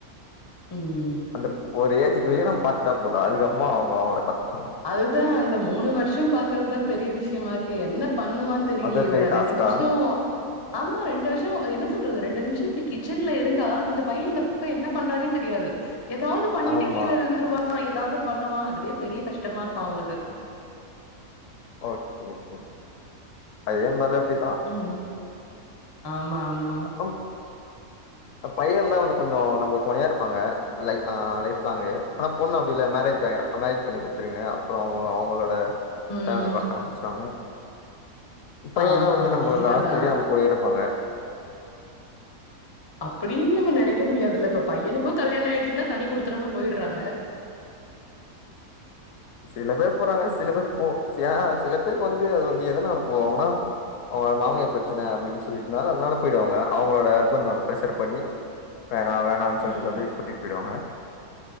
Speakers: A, on the left (about 35°); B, on the left (about 70°).
A: ம்
B: இந்தப் ஒரு ஏஜ்க்கு வரையும் நம்ம பாத்துட்டா போதும் அதுக்கப்புறமா அவங்க அவங்கள பாத்து பாங்க
A: அதுதா அந்த மூணு வருஷம் பாக்குறதுதா பெரிய இருக்கு என்ன பண்ணுவான் தெரியலே
B: அதா பெரிய
A: உங்க
B: டாஸ்க்கா
A: ரெண்டு நிமிஷோ ஆமா ரெண்டு வர்ஷோ என்ன சொல்றது ரெண்டு நிமிஷம் இப்டி கிச்சன்ல இருந்தா இந்த பையன் இந்த பக்கம் என்ன பண்றா தானே தெரியாது எதாவது பண்ணிட்டு
B: ஆமா
A: கீழ விழுந்துருவா எதாவது பண்ணுவா அதுவே பெரிய கஷ்டமா இருக்கு உங்குளுக்கு
B: ஓகே ஓகே அதே மாரி அப்டி
A: ம் ஆமா ஆமா.
B: <unintelligible> பையதா வந்து கொஞ்சோ நம்மளுக் துணையா இருப்பாங்க லை ஆ லைஃப் லாங்கு ஆனா பொண்ணு அப்டி இல்ல மேரேஜ் ஆ மேரேஜ் பண்ணி குடுத்துருவீங்க அப்பறோ அவங்க அவங்களோட
A: ம்.
B: ஃபேமிலி பாக்க ஆரம்பிச்சுருவாங்க பையனா
A: ஆமா,
B: வந்து நம்ப
A: உண்மதான்.
B: லாஸ்ட் வெரியு நம்ம கூடவே இருப்பாங்க
A: அப்டின்னு நம்ம நினைக்க முடியதுல்ல இப்ப பையனுக்கும் கல்யாணம் ஆயிடுச்சுன்னா தனி குடுத்தணோனு போயிடுறாங்க
B: சில பேர் போறாங்க சில பேர் போ ஏ சில பேருக்கு வந்து அது வந்து எதனால போவாங்கன்னா அவங்களோட மாமியார் பிரச்சன அப்டின் சொல்லிட்டுனால அதனால போயிடுவாங்க அவங்களோட ஹஸ்பண்ட் மேல பிரஷர் பண்ணி வேணா வேணான் சொல்லி
A: ம்.
B: சொல்லி கூட்டிட்டு போயிடுவாங்க